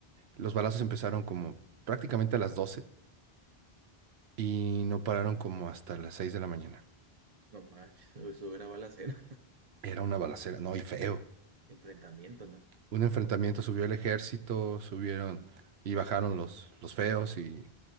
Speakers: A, on the right; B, on the right.
A: Los balazos empezaron como prácticamente a las 12 y no pararon como hasta las 6 de la mañana.
B: No manches, eso era balacera.
A: Era una balacera, no,
B: <laughs>
A: y feo.
B: Em- enfrentamiento, ¿no?
A: Un enfrentamiento, subió el ejército, subieron y bajaron los, los feos y,